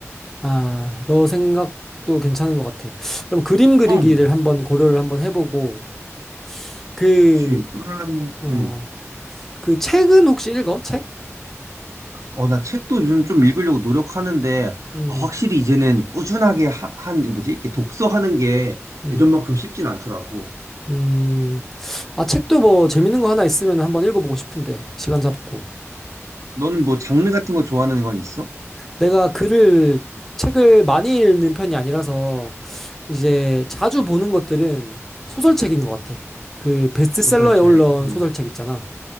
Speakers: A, in the centre; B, on the right.
A: 아, 너 생각도 괜찮은 것 같아. 그럼 그림 그리기를
B: 응,
A: 한번 고려를 한번 해보고 그,
B: 그렇지. 그러려면
A: 어,
B: 응.
A: 그 책은 혹시 읽어? 책?
B: 어, 나 책도 요즘 좀 읽으려고 노력하는데,
A: 음.
B: 아, 확실히 이제는 꾸준하게 하, 한, 뭐지? 이렇게 독서하는 게
A: 음.
B: 예전만큼 쉽진 않더라고.
A: 음, 아, 책도 뭐 재밌는 거 하나 있으면 한번 읽어보고 싶은데, 시간 잡고.
B: 너는 뭐 장르 같은 거 좋아하는 건 있어?
A: 내가 글을, 책을 많이 읽는 편이 아니라서, 이제 자주 보는 것들은 소설책인 것 같아. 그 베스트셀러에
B: 소설책.
A: 올라온
B: 음,
A: 소설책 있잖아.